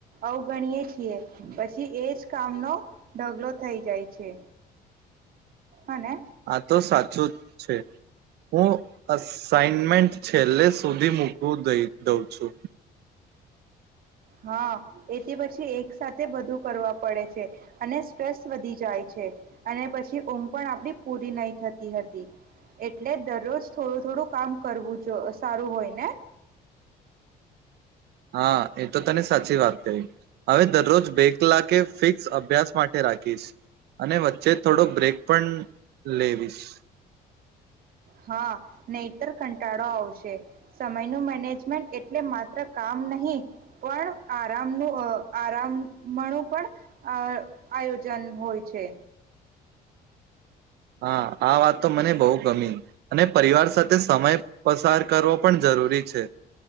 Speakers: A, on the right; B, on the right.
A: અવગણીય છીએ પછી એજ કામનો ઢગલો થઈ જાય છે હને
B: આા તો સાચું જ છે હું અસાઇનમેન્ટ છે છેલ્લે સુધી મૂકું દઉં છું
A: હા એથી પછી એક સાથેથે બધું કરવા પડે છે અને સ્ટ્રેસ વધી જાય છે અને પછી ઊમ પણ આપડી પૂરી નહી થતી હતી એટલે દરરોજ થોડું થોડું કામ કરવું જો સારું હોય ને
B: હા એ તો તને સાચી વાત ક હવે દરરોજ બે કલાકે ફિક્સ અભ્યાસ માટે રાખીશ અને વચ્ચે થોડો બ્રેક પણ લેવીશ
A: હા નહીતર કંટાળો આવશે સમયનું મેનેજમેન્ટ એટલે માત્ર કામ નહી પણ આરામનું આરામણું પણ આ આયોજન હોય છે
B: હા આ વાત તો મને બહુ ગમી અને પરિવાર સાથે સમય પસાર પણ જરૂરી છે